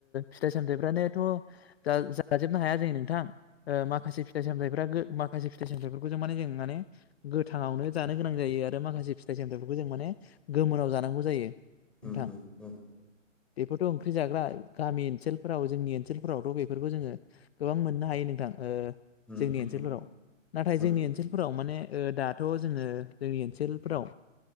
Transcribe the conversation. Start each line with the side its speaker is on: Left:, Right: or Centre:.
Left: फिथाइ सामथायाइफ्रानोथ जाजोबनो हाया जों नोंथां माखासे फिथाइ सामथायफ्रा माखासे फिथाइ सामथथायफोरखौ जों माने जों माने गोथाङावनो जानो गोनां जायो आरो माखासे फिथाइ सामथथायफोरखौ जों माने गोमोनाव जानांगौ जायो नोंथां
Centre: उम उम उम
Left: बेफोरथ ओंख्रि जाग्रा गामि ओनसोलफोराव जोंनि ओनसोलफोरावथ बेफोरखौ जोङो गोबां मोननो हायो नोंथां
Centre: उम
Left: जोंनि
Centre: उम
Left: ओनसोलफोराव नाथाय
Centre: उम
Left: जोंनि ओनसोलफोराव माने दाथ जोङो जोंनि ओनोलफ्राव